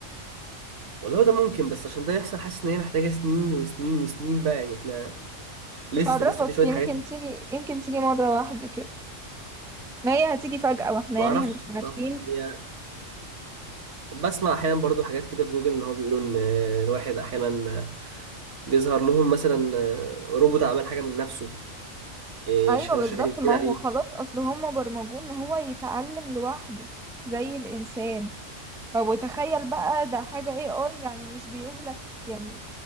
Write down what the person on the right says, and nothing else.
والله ده ممكن بس عشان ده يحصل حاسس ان هي محتاجة سنين وسنين وسنين بقى يعني احنا لسه
لسه في شوية
حاجات
ما
اعرفش
الصراحة
هي بسمع احيانا برضو حاجات كده في جوجل ان هو بيقولوا ان الواحد احيانا بيظهر لهم مثلا روبوت عمل حاجة من نفسه إيه،
كانوا
شغالين
عليه